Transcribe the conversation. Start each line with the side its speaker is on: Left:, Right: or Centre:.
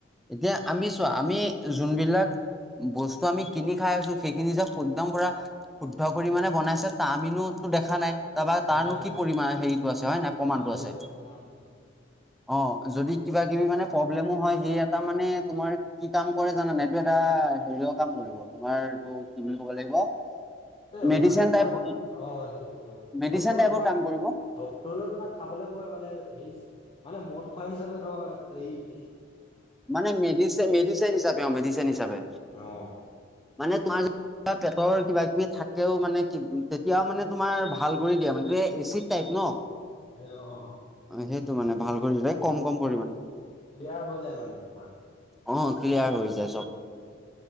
Centre: এতিয়া আমি চো আমি যোনবিলাক বস্তু আমি কিনি খাই আছো সেইখিনি যে একদম পুৰা শুদ্ধ পৰিমাণে বনাইছে ত আমিনোতো দেখা নাই তাৰপা তাৰনো
Left: নাই দেখা
Centre: কি পৰিা হেৰিটো আছে হয় নাই প্ৰমাণটো
Left: অ', সেইটোৱে
Centre: আছে
Left: প্ৰমাণ
Centre: অ যদি কিবা কিবি মানে প্ৰব্লেমো হয় সেই এটা মানে তোমাৰ কাম কৰে জানা নাই, এইটো এটা হেৰিয়ৰ কাম কৰিব তোমাৰ এইটো কি বুলি ক'ব লাগিব
Left: এই
Centre: মেডিচিন
Left: মানে তোমাৰ
Centre: টাইপ
Left: অ সেইটো অ
Centre: মেডিচিন
Left: ডাক্তৰে
Centre: টাইপৰ
Left: তোমাক
Centre: কাম কৰিব
Left: ডাক্তৰে তোমাক খাবলৈ কয় মানে হেৰি মানে মদ খোৱা হিচাপে নহয় হেই
Centre: মানে মেডিচিন হিচাপে অঁ মেডিচিন হিচাপে।
Left: অ
Centre: মানে তোমাৰ যে পেটৰ কিবা কিবি থাকেও মানে তেতিয়াও মানে তোমাৰ ভাল কৰি দিয়া মানে এচিড টাইপ ন।
Left: এ অ
Centre: অ সেইটো মানে ভাল কৰি যায় কম কম পৰিমানে।
Left: ক্লিয়েৰ হৈ যায় মানে তোমাৰ।
Centre: আহ ক্লিয়াৰ হৈ যায় চব।